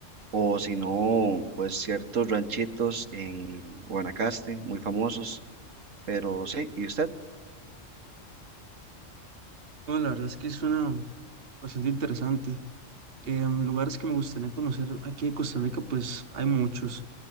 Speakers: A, on the right; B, on the right.
A: o si no, pues ciertos ranchitos en Guanacaste, muy famosos. Pero sí, ¿y usted?
B: Bueno, la verdad es que suena bastante interesante. Em, lugares que me gustaría conocer aquí en Costa Rica, pues hay muchos.